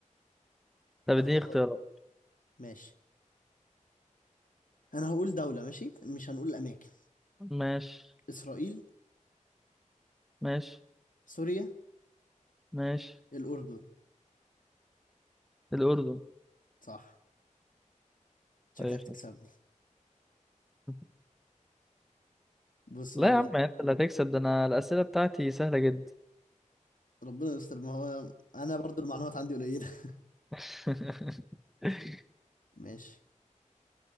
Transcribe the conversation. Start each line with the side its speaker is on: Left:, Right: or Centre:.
Centre: طب
Left: اخبارات
Centre: اديني اختيارات
Left: ماشي انا هقول دولة ماشي مش هنقول اماكن
Centre: ماشي
Left: اسرائيل
Centre: ماشي
Left: سوريا
Centre: ماشي
Left: الاردن
Centre: الأردن
Left: صح شكلك
Centre: أي خدمة
Left: تكسبني
Centre: <laughs>
Left: بص
Centre: لا
Left: اقول
Centre: يا عم
Left: لك
Centre: انت اللي هتكسب ده انا الأسئلة بتاعتي سهلة جدا
Left: ربنا يستر ما هو انا برضو المعلومات عندي قليلة <laughs>
Centre: <laughs>
Left: ماشي